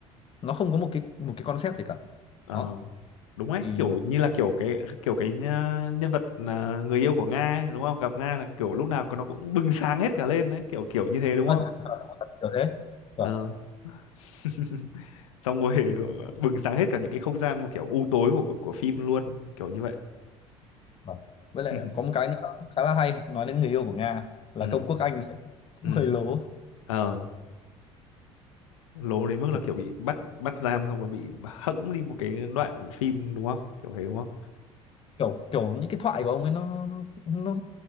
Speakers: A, on the left (about 30°); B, on the left (about 70°).
A: nó không có một cái một cái concept gì cả
B: ờ,
A: đó
B: đúng đấy
A: thì
B: kiểu như là kiểu cái kiểu cái ờ, nhân vật ờ, người yêu của Nga ấy, đúng không gặp Nga là kiểu lúc nào nó cũng bừng sáng hết cả lên đấy kiểu kiểu như thế đúng
A: Ôi,
B: không
A: thật sự nó thật kiểu thế
B: Ờ.
A: vâng,
B: <laughs> xong rồi ờ, bừng sáng hết cả những cái không gian mà kiểu u tối của của, của phim luôn kiểu như vậy
A: vâng. với lại
B: <laughs>
A: có một cái nữa khá là hay nói đến người yêu của Nga là
B: ừ
A: công quốc Anh cũng
B: ừ
A: hơi lố
B: ờ lố đến mức là
A: kiểu
B: kiểu bị bắt bắt giam xong rồi bị hẫng đi một cái đoạn phim đúng không kiểu thế đúng không
A: kiểu kiểu những cái thoại của ông ấy nó nó nó,